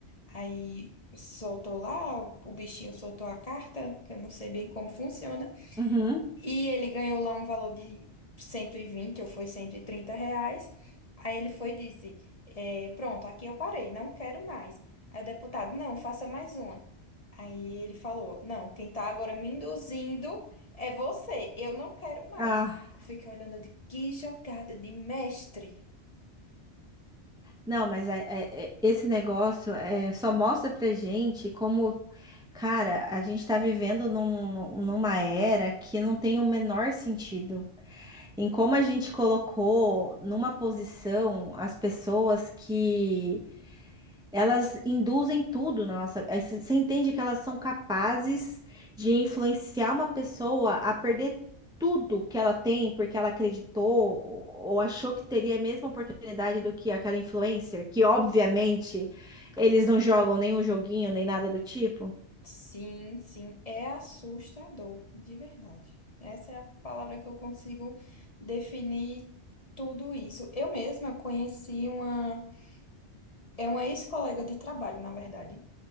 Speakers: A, on the left; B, in the centre.
A: aí soltou lá, o o bichinho soltou a carta, que eu não sei bem como funciona.
B: Uhum.
A: E ele ganhou lá um valor de 120 ou foi 130 reais. Aí ele foi e disse: é, Pronto, aqui eu parei, não quero mais. Aí o deputado: Não, faça mais uma. Aí ele falou: Não, quem tá agora me induzindo é você, eu não quero mais.
B: Ah,
A: Eu fiquei olhando de que jogada de mestre.
B: não, mas é- é- é- esse negócio é, só mostra pra gente como, cara, a gente tá vivendo num- numa era que não tem o menor sentido. Em como a gente colocou numa posição as pessoas que Elas induzem tudo na nossa. aí c- Você entende que elas são capazes de influenciar uma pessoa a perder tudo que ela tem porque ela acreditou ou ou achou que teria a mesma oportunidade do que aquela influencer, que obviamente eles não jogam nenhum joguinho nem nada do tipo.
A: Sim, sim, é assustador, de verdade. Essa é a palavra que eu consigo definir tudo isso. Eu mesma conheci uma. É uma ex-colega de trabalho, na verdade.